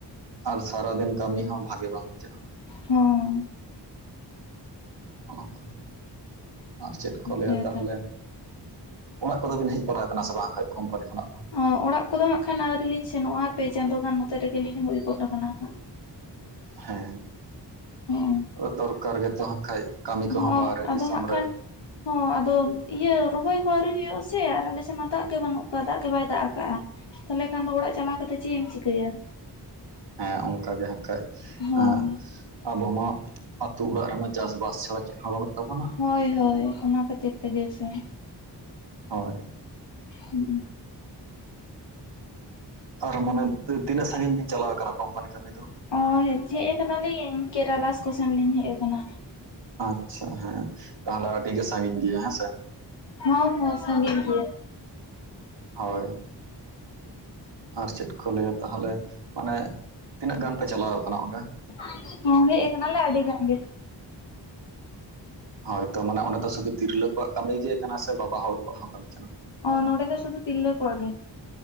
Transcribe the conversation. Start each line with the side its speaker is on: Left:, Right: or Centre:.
Right: ᱟᱨ ᱥᱟᱨᱟ ᱫᱤᱱ ᱠᱟᱹᱢᱤ ᱦᱚᱸ ᱵᱷᱟᱹᱜᱤ ᱵᱟᱝ ᱵᱩᱡᱷᱟᱹᱜ-ᱟ᱾
Left: ᱦᱮᱸ᱾
Right: ᱚᱱᱟ ᱠᱚ ᱟᱨ ᱪᱮᱫ ᱠᱚ ᱞᱟᱹᱭᱟ
Left: ᱦᱮᱸᱛᱚ᱾
Right: ᱛᱟᱦᱚᱞᱮ ᱚᱲᱟᱜ ᱠᱚᱫᱚ ᱵᱤᱱ ᱦᱮᱡ ᱵᱟᱲᱟᱣ ᱠᱟᱱᱟ ᱥᱮ ᱵᱟᱝ ᱠᱷᱟᱡ ᱠᱳᱢᱯᱟᱱᱤ ᱠᱷᱚᱱᱟᱜ ᱫᱚ?
Left: ᱚ ᱚᱲᱟᱜ ᱠᱚᱫᱚ ᱦᱟᱸᱜ ᱠᱷᱟᱱ ᱟᱹᱣᱨᱤ ᱞᱤᱧ ᱥᱮᱱᱚᱜ-ᱟ, ᱯᱮ ᱪᱟᱸᱫᱳ ᱜᱟᱱ ᱱᱚᱛᱮ ᱨᱮᱜᱮᱞᱤᱧ ᱦᱩᱭ ᱜᱚᱫ ᱟᱠᱟᱱᱟ ᱦᱟᱸᱜ᱾
Right: ᱦᱮᱸ
Left: ᱦᱚᱸ
Right: ᱫᱚᱨᱠᱟᱨ ᱜᱮᱛᱚ ᱦᱟᱸᱜ ᱠᱷᱟᱡ ᱠᱟᱹᱢᱤ ᱠᱚᱦᱚᱸ
Left: ᱦᱚᱸ
Right: ᱵᱟᱦᱨᱮ
Left: ᱟᱫᱚ
Right: ᱫᱤᱥᱚᱢ
Left: ᱦᱟᱸᱜ
Right: ᱨᱮ᱾
Left: ᱠᱷᱟᱱ ᱦᱚᱸ ᱟᱫᱚ ᱤᱭᱟᱹ ᱨᱚᱦᱚᱭ ᱠᱚ ᱟᱹᱣᱨᱤ ᱦᱩᱭᱩᱜ-ᱟ ᱥᱮ ᱟᱨ ᱟᱞᱮ ᱥᱮᱜ ᱢᱟ ᱫᱟᱜ ᱜᱮ ᱵᱟᱹᱱᱩᱜ ᱠᱟᱜ-ᱟ ᱫᱟᱜ ᱜᱮ ᱵᱟᱭ ᱫᱟᱜ ᱠᱟᱜ-ᱟ᱾ ᱛᱟᱦᱚᱞᱮ ᱠᱷᱟᱱ ᱫᱚ ᱚᱲᱟᱜ ᱪᱟᱞᱟᱣ ᱠᱟᱛᱮᱜ ᱪᱮᱜ ᱮᱢ ᱪᱤᱠᱟᱹᱭᱟ?
Right: ᱦᱮᱸ ᱚᱝᱠᱟ ᱜᱮ ᱦᱟᱸᱜ ᱠᱷᱟᱡ
Left: ᱦᱚᱸ
Right: ᱮᱸ ᱟᱵᱚ ᱢᱟ ᱟᱛᱩ ᱚᱲᱟᱜ ᱨᱮᱢᱟ ᱪᱟᱥ ᱵᱟᱥ ᱪᱷᱟᱲᱟ ᱪᱮᱫ ᱦᱚᱸ ᱵᱟᱹᱱᱩᱜ ᱛᱟᱵᱚᱱᱟ᱾
Left: ᱦᱳᱭ ᱦᱳᱭ ᱚᱱᱟ ᱠᱷᱟᱹᱛᱤᱨ ᱛᱮᱜᱮ ᱥᱮ᱾
Right: ᱦᱳᱭ᱾
Left: ᱦᱩᱸ-ᱜ ᱩᱸ᱾
Right: ᱟᱨ ᱢᱟᱱᱮ ᱛᱤᱱᱟᱹᱜ ᱥᱟᱺᱜᱤᱧ ᱵᱤᱱ ᱪᱟᱞᱟᱣ ᱠᱟᱱᱟ ᱠᱳᱢᱯᱟᱱᱤ ᱠᱟᱹᱢᱤ ᱫᱚ?
Left: ᱚ ᱦᱮᱡᱽ ᱦᱮᱡ ᱟᱠᱟᱱᱟᱞᱤᱧ ᱠᱮᱨᱮᱞᱟᱥ ᱠᱚᱥᱮᱱ ᱞᱤᱧ ᱦᱮᱡ ᱟᱠᱟᱱᱟ᱾
Right: ᱟᱪᱪᱷᱟ ᱦᱮᱸ ᱛᱟᱦᱚᱞᱮ ᱟᱹᱰᱤ ᱜᱮ ᱥᱟᱺᱜᱤᱧ ᱜᱮᱭᱟ ᱦᱮᱸ ᱥᱮ?
Left: ᱦᱮᱸ ᱦᱮᱸ ᱥᱟᱺᱜᱤᱧ ᱜᱮᱭᱟ᱾
Right: ᱦᱳᱭ᱾ ᱟᱨ ᱪᱮᱫ ᱠᱚ ᱞᱟᱹᱭᱟ ᱛᱟᱦᱟᱞᱮ ᱢᱟᱱᱮ ᱛᱤᱱᱟᱹᱜ ᱜᱟᱱ ᱯᱮ ᱪᱟᱞᱟᱣ ᱠᱟᱱᱟ ᱚᱸᱰᱮ?
Left: <inaudible> ᱦᱚᱸ ᱦᱮᱡ ᱠᱟᱱᱟ ᱞᱮ ᱟᱹᱰᱤ ᱜᱟᱱ ᱜᱮ ᱾
Right: ᱦᱳᱭ ᱛᱚ ᱢᱟᱱᱮ ᱚᱸᱰᱮ ᱫᱚ ᱥᱩᱫᱷᱩ ᱛᱤᱨᱞᱟᱹ ᱠᱚᱣᱟᱜ ᱠᱟᱹᱢᱤ ᱜᱮ ᱠᱟᱱᱟ ᱥᱮ ᱵᱟᱵᱟ ᱦᱚᱲ ᱠᱚᱣᱟᱜ ᱦᱚᱸ ᱠᱟᱹᱢᱤ ᱠᱟᱱᱟ ᱾
Left: ᱚ ᱱᱚᱰᱮ ᱫᱚ ᱥᱩᱫᱷᱩ ᱛᱤᱨᱞᱟᱹ ᱠᱚᱣᱟᱜ ᱜᱮ ᱾